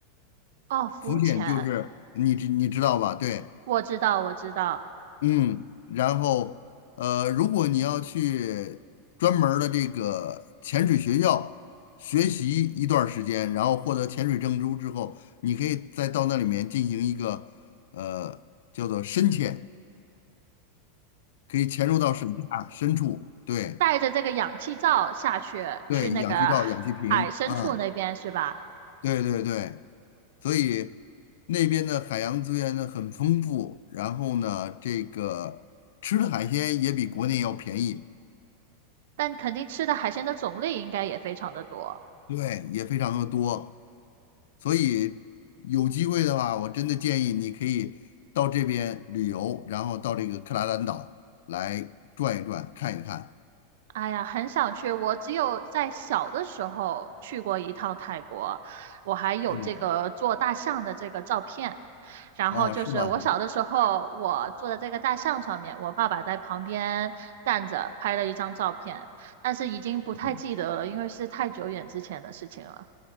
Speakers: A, on the right; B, on the left.
A: 哦，浮潜，
B: 浮潜就是你知你知道吧？对，
A: 我知道我知道，
B: 嗯，然后呃，如果你要去专门儿的这个潜水学校学习一段儿时间，然后获得潜水证书之后，你可以再到那里面进行一个呃叫做深潜，可以潜入到水下深处。对
A: 带着这个氧气罩下去，
B: 对，
A: 去那个海海深处那边是吧？
B: 氧气罩、氧气瓶啊，对对对，所以那边的海洋资源呢很丰富，然后呢，这个吃的海鲜也比国内要便宜。
A: 但肯定吃的海鲜的种类应该也非常的多。
B: 对，也非常的多，所以有机会的话，我真的建议你可以到这边旅游，然后到这个克拉兰岛来转一转，看一看。
A: 哎呀，很想去。我只有在小的时候去过一趟泰国，我还有这个做大象的这个照片。
B: 嗯，
A: 然后就是我小的时候，
B: 哦，是吧？哈，
A: 我坐在这个大象上面，我爸爸在旁边站着拍了一张照片，但是已经不太记得了，
B: 嗯，
A: 因为是太久远之前的事情了。